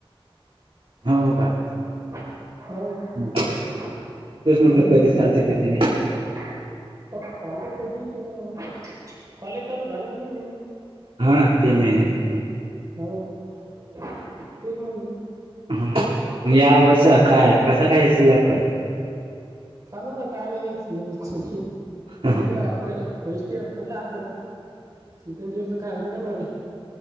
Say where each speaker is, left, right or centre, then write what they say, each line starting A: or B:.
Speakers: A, on the right; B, on the right.
A: हो का.
B: हो का होव.
A: म्हटलं
B: ह
A: तेच म्हटलं
B: कधी
A: कधी
B: चालते
A: नाही.
B: ते <unintelligible> हो चालत कधी केलं बाबा, कॉलेज चालू झालं की नाही म्हणे?
A: हा.. ते मेन ये -
B: हो.. तेच म्हणलं.
A: हा.. या वर्ष काय कस काय स्लॅप
B: कालवाला काय नाही सिलेबस
A: आहे?
B: इकड फर्स्ट इयर हल्लात. राज्यात सेकंड इयर च काय होते गड्या